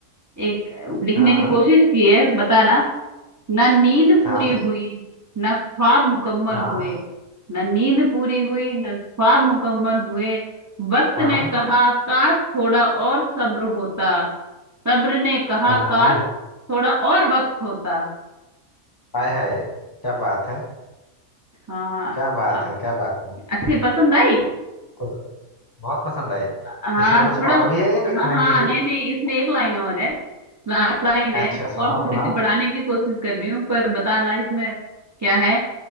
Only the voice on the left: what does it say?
हाँ
हाँ
हाँ
हाँ
हाँ
हाँ हाँ
हाय हाय क्या बात है
क्या बात
है क्या बात है
कुछ बहुत पसंद आई
इसमें कुछ
और भी है या
इतना
ही है ये
अच्छा
सुनाओ
सुनाओ